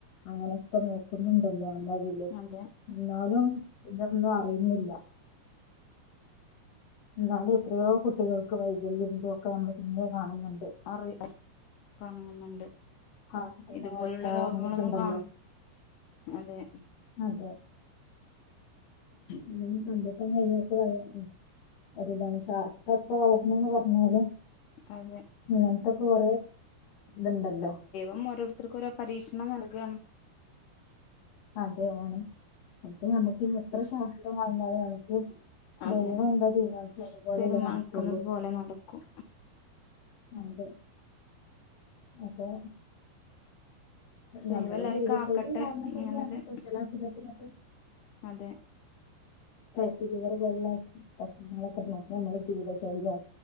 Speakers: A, on the left; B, on the left.
A: അങ്ങനെയൊക്കെ നോക്കുന്നുണ്ടല്ലോ ഉണ്ടാവില്ലേ
B: അതെ
A: എന്നാലും ഇതൊന്നും അറിയുന്നില്ല എന്നാലും എത്രയോ കുട്ടികൾക്ക് വൈകല്യം ഇതൊക്കെ നമ്മൾ പിന്നെ കാണുന്നുണ്ട്
B: അറിയാം കാണുന്നുണ്ട്
A: ഹാർട്ടിറ്
B: ഇതുപോലുള്ള
A: ഓട്ട അങ്ങനെയൊക്കെ
B: രോഗങ്ങളൊന്നും
A: ഉണ്ടല്ലോ
B: കാണും അതെ
A: അതെ അതൊന്നും കണ്ടെതാൻ കഴിയാത്ത ത ഒരിതാണ് ശാസ്ത്രം എത്ര വളർന്നന്ന് പറഞ്ഞാലും
B: അതെ
A: ഇങ്ങനത്തെക്കെ കൊറെ ഇതുണ്ടല്ലോ
B: മംഓരോരുത്തർക്കും ഓരോ പരീക്ഷണം നൽകയാണ്
A: അതെയാ ണ് അപ്പ ഞമ്മക്ക് ഇന്ന എത്രഷ ഇപ്പം വന്നായി എനിക്ക്
B: അതെ
A: ദൈവം എന്താ തീരുമാനിച്ച അതുപോലല്ലേ
B: തീരുമാനിക്കുന്നത്
A: നടക്കുള്ളൂ
B: പോലെ നടക്കും
A: അതെ അപ്പോ
B: ദൈവം
A: നമ്മുടെ
B: എല്ലാരും
A: ജീവിതശൈലിയും
B: കാക്കട്ടെ
A: കാരണം
B: ഇങ്ങനത്
A: തന്നെയാണ് ചില അസുഖത്തിനൊക്കെ
B: അതെ
A: ഫാറ്റി ലിവർ പോലുള്ള അസ് അസുഖങ്ങളൊക്കെ നമ്മുടെ ജീവിത ശൈലിയാ